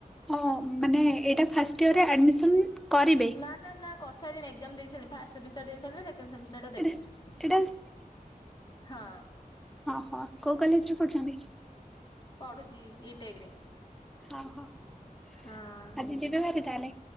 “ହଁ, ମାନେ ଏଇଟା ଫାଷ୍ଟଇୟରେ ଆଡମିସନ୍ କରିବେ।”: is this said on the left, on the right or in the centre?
Centre